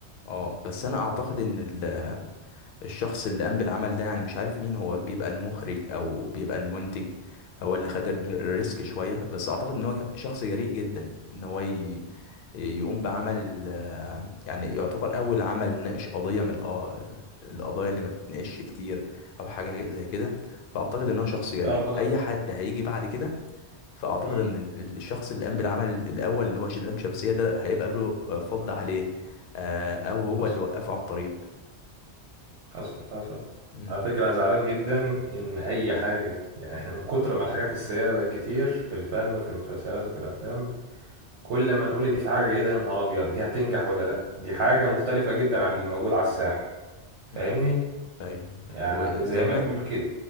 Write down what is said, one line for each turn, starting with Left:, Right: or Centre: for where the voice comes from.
Left: اه بس انا اعتقد ان ال- الشخص اللي قام بالعمل ده يعني مش عارف مين هو بيبقى المخرج او بيبقى المنتج هو اللي خد ال- الريسك شوية بس اعتقد ان هو شخص جريء جدا ان هو ي- يقوم بعمل آه، يعني يعتبر اول عمل ناقش قضية من القض- القضايا اللي ما بتتناقش كتير او حاجة زي كده فاعتقد ان هو شخص جريء
Right: تعرف انا
Left: اي حد هيجي بعد كده فاعتقد
Right: امم
Left: ان ال- الشخص اللي قام بالعمل الاول اللي هو شدام شمسية ده هيبقى له فضل عليه آه، او هو
Right: حصل
Left: اللي وقفه على الطريق
Right: حصل حصل
Left: مم.
Right: على فكرة أنا زعلان جدا إن أي حاجة يعني إحنا من كتر ما الحاجات السيئة بقت كتير في الفن وفي المسلسلات وفي الأفلام كل ما نقول إن في حاجة جيدة يا نهار أبيض دي هتنجح ولا لأ دي حاجة مختلفة جدا عن اللي موجود على الساحة فاهمني
Left: مم. ايوه
Right: يعني
Left: وزي
Right: زي
Left: ما
Right: ما تقول
Left: انت
Right: كده